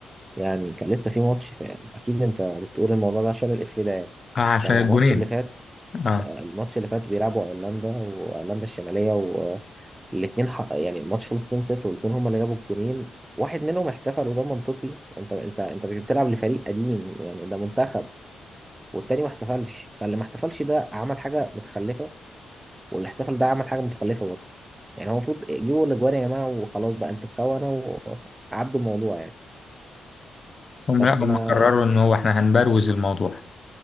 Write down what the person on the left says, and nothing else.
آه عشان
الجونين
آه
هم
لا هم
قرروا
إن هو إحنا هنبروز الموضوع